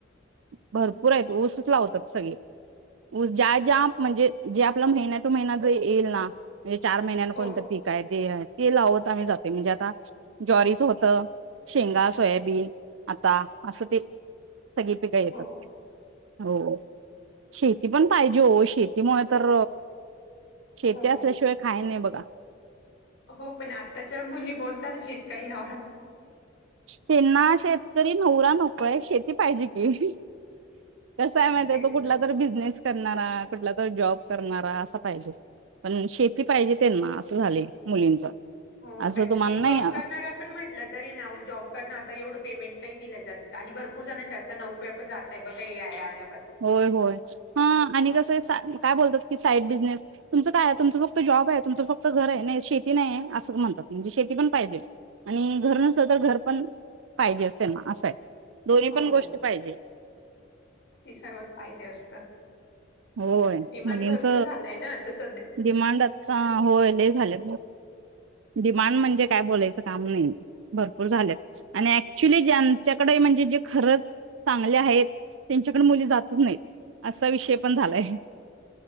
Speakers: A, on the right (about 70°); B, on the left (about 65°).
A: भरपूर
B: हम्म.
A: आहेत, ऊसच लावतात. सगळे ऊस ज्या ज्या म्हणजे जे आपला महिना टू महिना जर येईल ना म्हणजे चार महिन्यान कोणतं
B: हो
A: पीक आहे, देह आहेत. ते लावत आम्ही जाते, म्हणजे आता ज्वारी चं होतं हा शेंगा, सोयाबीन आता असं ते सगळी पिका येतात.
B: हो
A: हो शेती पण पाहिजे, हो शेतीमुळे तर शेती
B: हो
A: असल्याशिवाय
B: हो.
A: खाय नाय बघ बा
B: हो पण आताच्या मुली बोलताना शेतकरी ना
A: त्यांना शेतकरी नवरा नकोय, शेती पाहिजे की, कसं आहे माहिती
B: तेच
A: तो कुठला
B: ना
A: तरी बिजनेस करणारा, कुठला तरी जॉब करणारा असं पाहिजे पण शे ती पाहिजे त्यांना असं झाले मुलींचा,
B: हो
A: असं
B: कारण
A: तुम्हाला
B: की
A: नाही
B: जॉब करणारा पण म्हटलं तरी ना, जॉब करण आता एवढं पेमेंट नाही. दिल्या जात आणि भरपूर जणांच्या आता, नोकऱ्या पण जातय बघा हे आल्या.
A: होय होय हा आणि कसं सा काय बोलतात. की साईड बिझनेस तुमचं काय आहे. तुमचं फक्त जॉब आहे. तुमचं फक्त घर आहे. नाही शेती नाही आहे. असं म्हणतात, म्हणजे शेती पण पाहिजे, आणि घर नसल तर घर पण पाहिजेच, त्यांना असं आहे. दोन्ही
B: हो
A: पण गोष्टी पाहिजे.
B: ती सर्वच पाहिजे असतं.
A: होय
B: डिमांड
A: मुलींच
B: भरपूर झालाय ना तस.
A: डिमांड आता होय ल झाले. डिमांड म्हणजे काय बोलायचं काम नाही, भरपूर झालेत आणि ऍक्च्युली ज्यांच्याकडे म्हणजे जे खरंच चांगले आहेत. त्यांच्याकडे मुली जातच नाहीत, असा विषय पण झालाय.